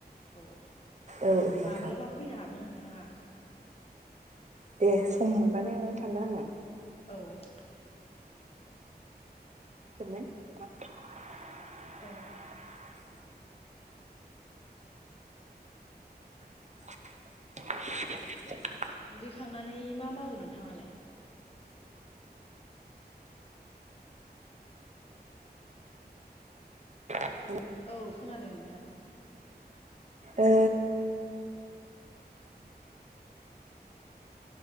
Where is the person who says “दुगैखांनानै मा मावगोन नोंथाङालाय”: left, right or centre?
Left